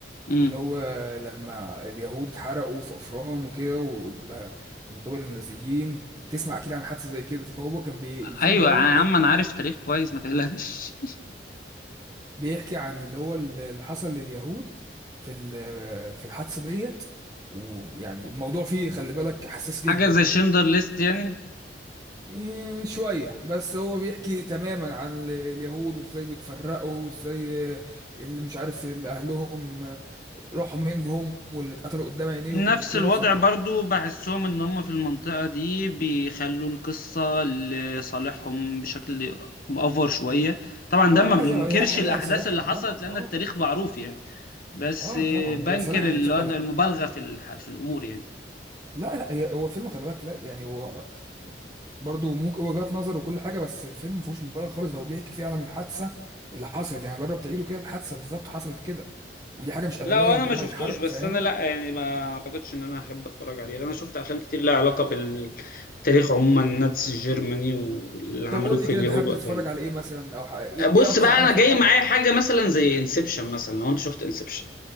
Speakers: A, on the left; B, on the right.
A: امم
B: اللي هو لما اليهود اتحرقوا في افران وكده وبقى من قبل النازيين تسمع اكيد عن حادثة زي كده فهو كان بي... الفيلم
A: ايوه
B: دوت
A: يا عم
B: بيحكي
A: انا عارف تاريخ كويس ما تقلقش
B: بيحكي عن اللي هو اللي حصل لليهود في ال- في الحادثة ديت ويعني الموضوع فيه خلي بالك حساس
A: <laughs>
B: جدا
A: حاجه زي شندر ليست يعني
B: إيه، شوية بس هو بيحكي تماما عن ال- اليهود وازاي بيتفرقوا وازاي آه، اللي مش عارف اللي أهلهم آه، راحوا منهم واللي اتقتلوا قدام عينيهم
A: نفس
B: وكده
A: الوضع
B: فالموضوع
A: برضو بحسهم ان هم في المنطقه دي بيخلوا القصه لصالحهم بشكل مأفور شويه طبعا
B: لا
A: ده ما بننكرش
B: هي هي حقيقة
A: الاحداث
B: لصالحهم
A: اللي حصلت
B: طبعا
A: لان
B: اه
A: التاريخ معروف يعني بس
B: اه طبعا
A: بنكر
B: هي لصالحهم
A: اللي
B: فعلا
A: هو المبالغه في الح- في الامور يعني
B: لا لا هي هو الفيلم خلي بالك لا يعني هو برضه ممكن وجهات نظر وكل حاجه بس الفيلم ما فيهوش مبالغه خالص ده هو بيحكي فعلا الحادثه اللي حصلت يعني جرب تعيده كده الحادثه بالظبط حصلت كده ودي حاجه مش ادميه
A: لا وانا
B: ان
A: ما
B: هم
A: شفتوش
B: يتحرقوا
A: بس
B: فاهم
A: انا لا يعني ما اعتقدش ان انا احب اتفرج عليه لان انا شفت افلام كتير لها علاقه بالتاريخ عموما الناتس الجرماني واللي عملوه
B: طب قول
A: في
B: لي كده
A: اليهود
B: انت حابب
A: وقتها
B: تتفرج
A: يعني
B: على ايه مثلا او ح- ايه
A: بص
B: إيه اكتر
A: بقى
B: عمل
A: انا
B: فني
A: جاي
B: عجبك
A: معايا حاجه مثلا زي انسبشن مثلا لو انت شفت انسبشن